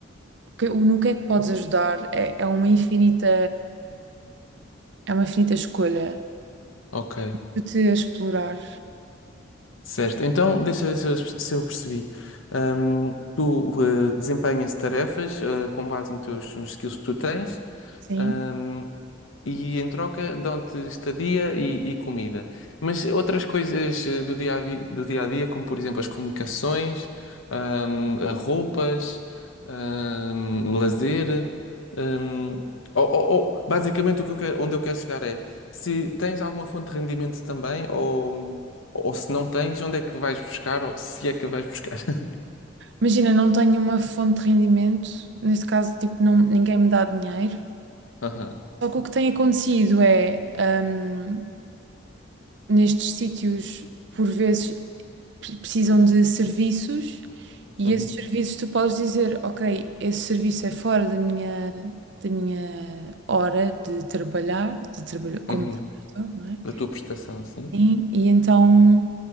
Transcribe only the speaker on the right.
que- o- no que é que podes ajudar. É, é uma infinita, é uma infinita escolha
de te explorar.
Sim.
Imagina, não tenho uma fonte de rendimento, neste caso, tipo, não, ninguém me dá dinheiro.
Só que o que tem acontecido é, hum, nestes sítios, por vezes, pre- precisam de serviços e
esses serviços tu podes dizer, ok, esse serviço é fora da minha, da minha hora de trabalhar, de trabalho, como
trabalhador, não é?
E, e então